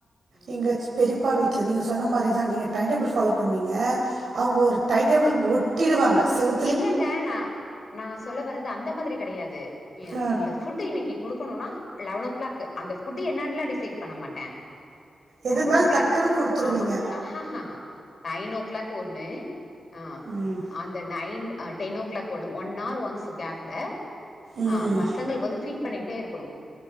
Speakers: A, on the left; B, on the right.
A: ம்
B: இங்க பெரியப்பா வீட்ல நீங்க சொன்ன மாரி தா நீங்க டைம் டேபிள்
A: ம்
B: ஃபாலோ பண்ணுவீங்க
A: ம்
B: அவுங்க ஒரு டைம் டேபிள் ஒட் ஒட்டிருவாங்க செவுத்
A: இல்லங்க நா நா சொல்ல வர்றது அந்த மாதிரி கெடையாது யா
B: அ
A: இந்த ஃபுட் இன்னைக்கி குடுகணும்னா லெவன் ஓ கிளாக் அந்த ஃபுட்டு் என்னான்லா டிசைட் பண்ண மாட்டே
B: எது
A: லெவன்
B: இருந்தாலும்
A: ஓ கிளாக்
B: டக்குன்னு குடுத்துருவீங்க.
A: ஆமா ஹ ஹ ஹ நைன் ஓ கிளாக் ஒன்னு ஆ
B: ம்
A: அந்த நைன் ஆ டென் ஓ கிளாக் ஒண்ணு ஒன் ஆர் ஒன்ஸ் கேப்ல
B: ம்.
A: ஆ பசங்களுக்கு வந்து ஃபீட் பண்ணிட்டே இருக்கணு